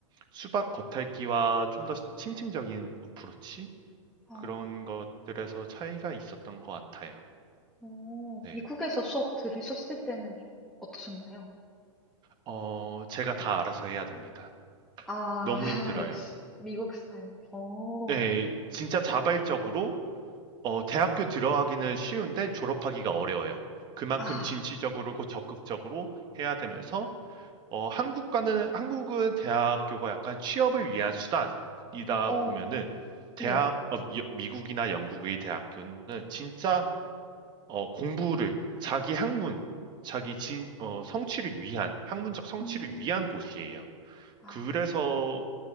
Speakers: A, on the right; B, in the centre.
A: 수박 겉핥기와 좀 더 심층적인 어프로치
B: 어.
A: 그런 것들에서 차이가 있었던 것 같아요.
B: 어,
A: 네.
B: 미국에서 수업 들으셨을 때는 좀 어떠셨나요?
A: 어, 제가 다 알아서 해야 됩니다.
B: 아,
A: 너무
B: <laughs>
A: 힘들어요.
B: 역시 미국 스타일. 어,
A: 네, 진짜 자발적으로 어 대학교 들어가기는 쉬운데 졸업하기가 어려워요. 그만큼
B: 아,
A: 진취적으로 적극적으로 해야 되면서 어 한국과는 한국은 대학교가 약간 취업을 위한 수단이다
B: 어,
A: 보면은 대학
B: 네.
A: 어, 미- 미국이나 영국의 대학교는 진짜 어 공부를 자기 학문 자기 진, 어, 성취를 위한 학문적 성취를
B: 음,
A: 위한 곳이에요.
B: 아,
A: 그래서